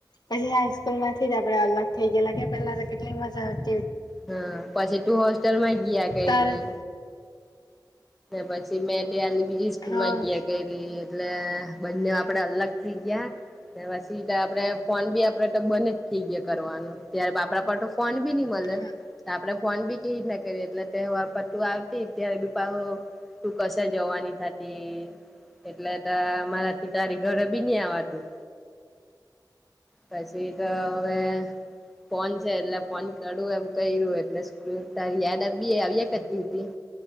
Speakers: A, on the left (about 60°); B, in the centre.
A: પછી હાઈસ્કૂલ માંથી જ આપડે અલગ થઇ ગયેલા કે પેલા તો કેટલી મજા હત.
B: હા પછી તું હોસ્ટેલ માં ગયા કયરી.
A: તાર
B: પછી મેં તની બીજી સ્કૂલ
A: હા
B: માં ગયા કરી એટલે બંને આપડે અલગ થઈ ગયા પછી એ આપડે ફોન બી આપડે તો બને જ થઈ ગયા કરવાનું તાર બાપડા પટો ફોન બી નહી મળે
A: હા
B: આપડે ફોન બી કે રીત ના કરી એટલે તો વાર પટ્ટુ આવતી ત્યારે બીપ તું કશે જવાની થતી. એટલે તો મારાથી તારી ઘરે બી ન આવા તું. પછી તો હવે ફોન છે એટલે ફોન કરું એમ કર્યું એટલે તા યાદ આવી આવ્યા કરતી હતી.